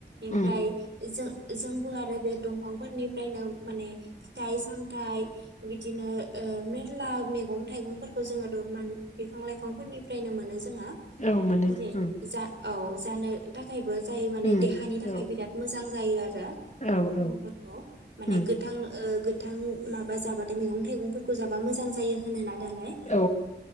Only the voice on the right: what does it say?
ओमफ्राय
जों जोंबो आरो बे दंफांफोरनिफ्रायनो माने फिथाइ सामथाइ बिदिनो ओ मेरला मैगं थाइगं फोरखौ जोङो दरमान बिफां लाइफांफोरनिफ्रायनो मोनो जोंहा
जे
जा औ जानो थाखायबो जाय माने
देहानि थाखाय
बिराद मोजां जायो आरो
<unintelligible>
माने
गोथां ओ गोथां माबा जाबाथाय मैगं थाइगंफोरखौ जाबा मोजां जायो होनोना दालाय